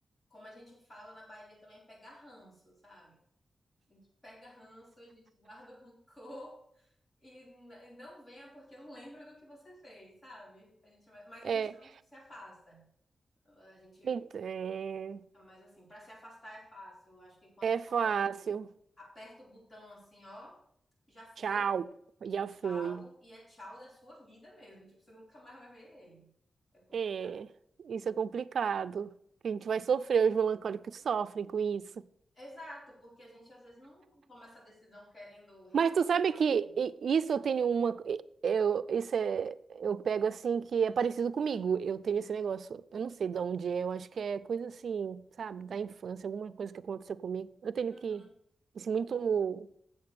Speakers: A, on the left; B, on the right.
A: como a gente fala na Bahia também, pegar ranço, sabe? A gente pega ranço, a gente guarda o rancor e, n- e não venha porque eu lembro do que você fez, sabe? A gente, mas
B: É,
A: a gente também tipo, se afasta. A gente,
B: ent- é,
A: mas assim, para se afastar é fácil. Eu acho que quando
B: é
A: o
B: fácil.
A: colérico aperta o botão assim, ó, já foi.
B: Tchau, já foi.
A: tchau e é tchau da sua vida mesmo. Tipo, você nunca mais vai ver ele. É complicado.
B: É, isso é complicado. A gente vai sofrer, os melancólicos sofrem com isso.
A: Exato, porque a gente às vezes não toma essa decisão querendo realmente
B: Mas tu sabe
A: ficar
B: que
A: longe.
B: i- isso eu tenho uma. Eu, isso é. Eu pego assim que é parecido comigo. Eu tenho esse negócio. Eu não sei de onde é. Eu acho que é coisa assim, sabe? Da infância, alguma coisa que aconteceu comigo. Eu tenho
A: Uhum.
B: que. Isso é muito